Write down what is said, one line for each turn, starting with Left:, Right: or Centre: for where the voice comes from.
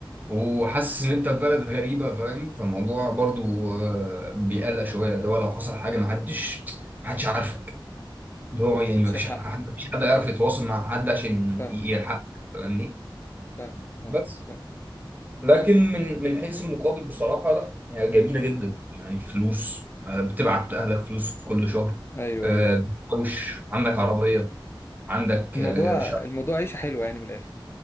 Right: وحاسس ان انت في بلد غريبه فاهم فالموضوع برضو آه، بيقلق شويه اللي هو لو حصل حاجه ما حدش ما حدش عارفك اللي هو يعني
Left: محدش
Right: ما فيش
Left: يلحقك
Right: ما فيش حد يعرف يتواصل مع حد عشان
Left: فاهم
Right: ي- يلحقك فاهمني
Left: فاهم فاهم
Right: بس
Left: فاهم
Right: لكن من من حيث المقابل بصراحه لا هي جميله جدا يعني فلوس آه، بتبعت لاهلك فلوس كل شهر
Left: أيوه
Right: آه،
Left: أيوه
Right: بتحوش عندك عربيه عندك
Left: الموضوع
Right: آه، شقه
Left: الموضوع عيشة حلوة يعني من الآخر